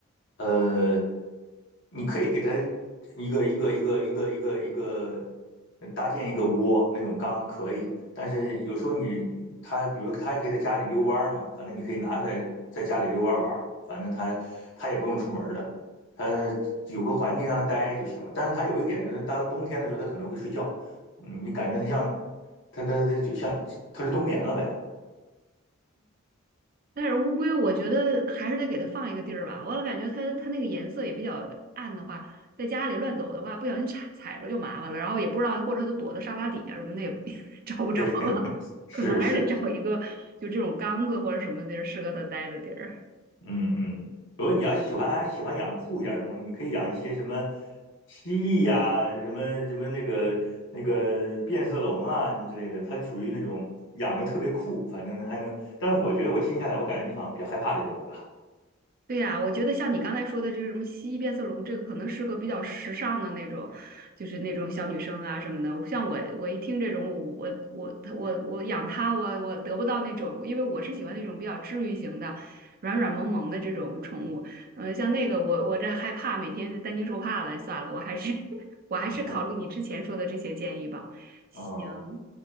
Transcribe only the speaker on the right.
但是乌龟，我觉得还是得给它放一个地儿吧。我老感觉它它那个颜色也比较暗的话，在家里乱走的话，不小心踩踩着就麻烦了。然后也不知道，或者它躲在沙发底下什么的也 <laughs> 找不着了，
可能还是得找一个就这种缸子或者什么地儿适合它待的地儿。
对呀，我觉得像你刚才说的这个什么蜥蜴变色龙，这个可能适合比较时尚的那种，就是那种小女生啊什么的。像我，我一听这种，我我我我我养它，我我得不到那种，因为我是喜欢那种比较治愈型的、软软萌萌的这种宠物。嗯，像那个我我这害怕，每天担惊受怕的，算了，我还是 <laughs>
我还是考虑你之前说的这些建议吧。
行，